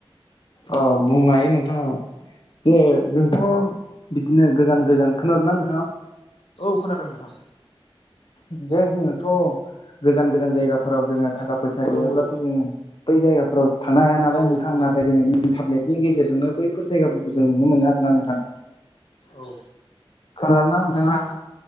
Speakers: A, on the left; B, on the left.
A: औ बुंनो हायो नोंथाङ औ जे जोंथ' बिदिनो गोजान गोजान, खोनादोंना नोंथाङा?
B: औ खोनादों नोंथां।
A: जे जोङोथ' गोजान गोजान जायगाफोराव जोङो थाखा फैसा गैयाब्लाथ'
B: औ औ
A: जों बै जायगाफोराव थांनो हाया नालाय
B: औ
A: नोंथां।
B: नंगौ
A: नाथाय जोङो इन्टारनेट नि गेजेरजोंनो बैफोर जायगाफोरखौ जों नुनो मोनो आरो ना नोंथां।
B: औ
A: खोनादोंना नोंथाङा
B: नोंथां,